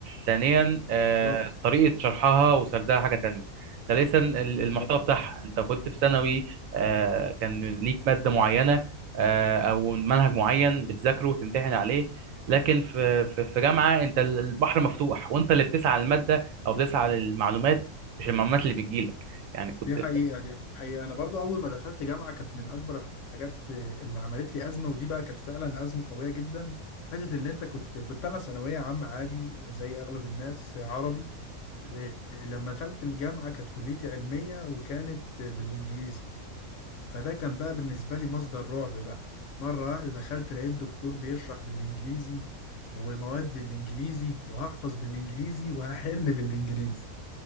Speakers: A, on the right; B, on the left.
A: ثانيا آه،
B: بالظبط
A: طريقه شرحها وسردها حاجه تانية ثالثا ال-
B: بالظبط
A: المحتوى بتاعها انت كنت في ثانوي آه، كان ليك ماده معينه آه، او منهج معين بتذاكره وتمتحن عليه لكن في في في جامعه انت ال- البحر مفتوح وانت اللي بتسعى للماده او بتسعى للمعلومات مش المعلومات اللي بتجيلك يعني كنت
B: دي حقيقة دي حقيقة أنا برضو أول ما دخلت جامعة كانت من أكبر الحاجات اللي عملت لي أزمة ودي بقى كانت فعلا أزمة قوية جدا حتة اللي أنت كنت كنت أنا ثانوية عامة عادي زي أغلب الناس عربي إيه، لما دخلت الجامعة كانت كليتي علمية وكانت بالإنجليزي فده كان بقى بالنسبة لي مصدر رعب بقى مرة واحدة دخلت لقيت دكتور بيشرح بالإنجليزي ومواد بالإنجليزي وهحفظ بالإنجليزي وهحل بالإنجليزي